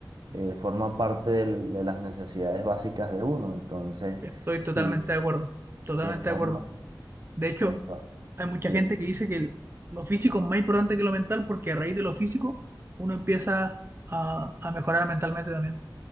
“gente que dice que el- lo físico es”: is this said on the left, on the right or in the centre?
Right